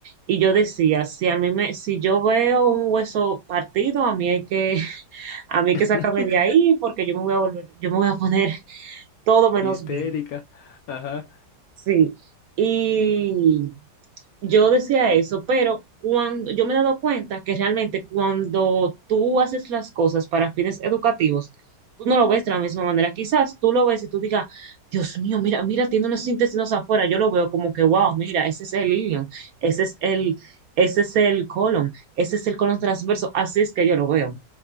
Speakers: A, on the right; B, on the left.
A: Y yo decía, si a mí me, si yo veo un hueso partido, a mí hay que, <laughs> a mí hay
B: <laughs>
A: que sacarme de ahí porque yo me voy a volver, yo me voy a poner <laughs> todo menos
B: Histérica.
A: bien.
B: Ajá.
A: Sí. Y yo decía eso, pero cuando yo me he dado cuenta que realmente cuando tú haces las cosas para fines educativos, tú no lo ves de la misma manera. Quizás tú lo ves y tú digas, Dios mío, mira, mira, tiene unos intestinos afuera. Yo lo veo como que, wow, mira, ese es el ilion, ese es el, ese es el colon, ese es el colon transverso. Así es que yo lo veo.